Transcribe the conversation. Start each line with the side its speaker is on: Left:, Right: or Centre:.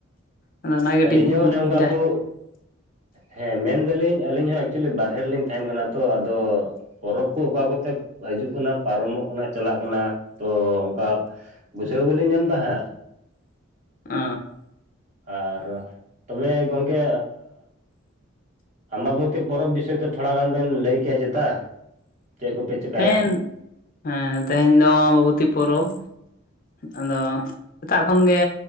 Left: ᱟᱫᱚ ᱚᱱᱟ ᱠᱟᱹᱴᱤᱡ
Right: ᱟᱹᱞᱤᱧ ᱦᱚᱸ ᱚᱱᱮ ᱚᱱᱠᱟ
Left: ᱡᱟ
Right: ᱠᱚ ᱦᱮᱸ ᱢᱮᱱ ᱞ ᱫᱟᱞᱤᱧ ᱟᱞᱤᱧ ᱦᱚᱸ ᱮᱠᱪᱩᱭᱮᱞᱤ ᱵᱟᱨᱦᱮ ᱨᱮᱞᱤᱧ ᱛᱟᱦᱮᱱ ᱠᱟᱱᱟ ᱛᱚ ᱟᱫᱚ ᱯᱚᱨᱚᱵᱽ ᱠᱚ ᱚᱠᱟ ᱠᱚᱛᱮ ᱦᱤᱡᱩᱜ ᱠᱟᱱᱟ᱾ ᱯᱟᱨᱚᱢᱚᱜ ᱠᱟᱱᱟ ᱪᱟᱞᱟᱜ ᱠᱟᱱᱟ ᱛᱚ ᱚᱱᱠᱟ ᱵᱩᱡᱷᱟᱹᱣ ᱵᱟᱹᱞᱤᱧ ᱧᱟᱢ ᱮᱫᱟ ᱦᱟᱸᱜ᱾
Left: ᱚ
Right: ᱟᱨ ᱛᱚᱵᱮ ᱜᱚᱝᱠᱮ ᱟᱢᱵᱚᱛᱤ ᱯᱚᱨᱚᱵᱽ ᱵᱤᱥᱚᱭ ᱛᱮ ᱛᱷᱚᱲᱟ ᱜᱟᱱ ᱵᱮᱱ ᱞᱟᱹᱭ ᱠᱮᱭᱟ ᱪᱮᱛᱟ? ᱪᱮᱫ ᱠᱚᱯᱮ ᱪᱮᱠᱟᱭᱟ
Left: ᱦᱮᱸ ᱦᱮᱸ ᱛᱮᱦᱮᱧ ᱫᱚ ᱟᱵᱟᱵᱚᱛᱤ ᱯᱚᱨᱚᱵᱽ ᱟᱫᱚ ᱥᱮᱛᱟᱜ ᱠᱷᱚᱱ ᱜᱮ